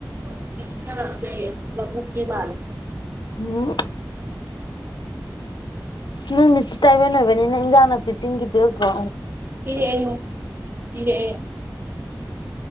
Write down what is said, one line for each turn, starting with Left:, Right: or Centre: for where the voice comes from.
Right: <unintelligible> ꯂꯕꯨꯛꯀꯤ ꯃꯥꯜꯂꯦ
Left: ꯎꯝ ꯅꯪ ꯃꯤꯁ ꯇꯥꯏꯕꯦꯟ ꯑꯣꯏꯕꯅꯤꯅ ꯏꯟꯖꯥꯡ ꯅꯥꯄꯤ ꯆꯤꯡꯒꯤ ꯄꯤꯔꯛꯇ꯭ꯔꯣ
Right: ꯄꯤꯔꯛꯑꯦ ꯄꯤꯔꯛꯑꯦ